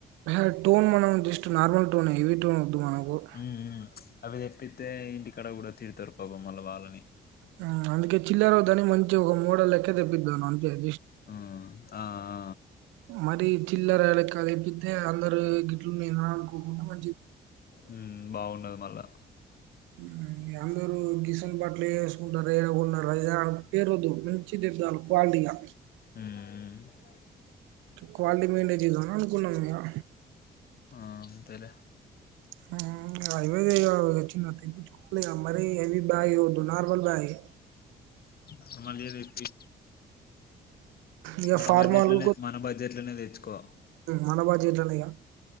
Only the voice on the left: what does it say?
ఉమ్మ్ హూ అవి చెప్పితే ఇంటి క్కడ కూడా తిడుతారు పాపం మళ్ళ వాళ్ళని
హూ ఆ ఆ
హూమ్ బాగుండదు మళ్ళా
హూ హు
ఆ అంతలే
ఆ హా మా లేదు ఇట్టి
మన
బడ్జెట్ లనే మన బడ్జెట్ లనే తెచ్చుకో